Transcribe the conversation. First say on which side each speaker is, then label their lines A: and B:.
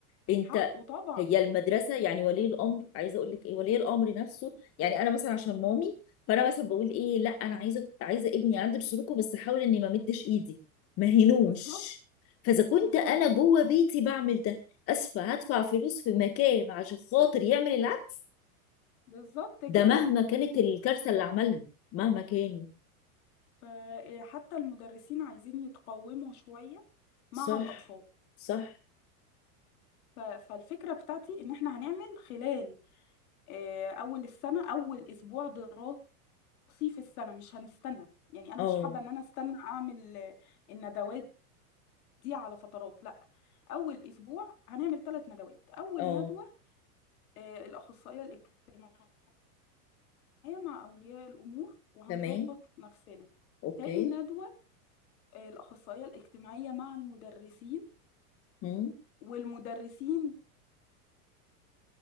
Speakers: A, on the left; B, on the left.
A: انت
B: حقه طبعا
A: هي المدرسه يعني ولي الامر عايزه اقول لك ايه ولي الامر نفسه يعني انا مثلا عشان مامي فانا مثلا بقول ايه لا انا عايزه عايزه ابني عند سلوكه بس احاول اني ما مدش ايدي ما هينوش
B: بالظبط
A: فاذا كنت
B: بالظبط
A: انا جوه بيتي بعمل ده اسفه هدفع فلوس في مكان عشان خاطر يعمل العكس
B: بالظبط كده
A: ده مهما كانت الكارثه اللي عملها مهما كانت
B: فحتى المدرسين عايزين يتقوموا شويه مع
A: صح
B: الاطفال
A: صح
B: ف- فالفكرة بتاعتي إن إحنا هنعمل خلال آه، أول السنة أول أسبوع دراسي في السنة مش هنستنى يعني أنا
A: اه
B: مش حابة إن أنا أستنى أعمل آه، الندوات دي على فترات لا أول أسبوع هنعمل ثلاث ندوات أول
A: اه
B: ندوة آه، الأخصائية الاجتماعية مع أولياء الأمور وهنظبط
A: تمام
B: نفسنا
A: اوكي
B: تاني ندوة آه، الأخصائية الاجتماعية مع المدرسين
A: هم.
B: والمدرسين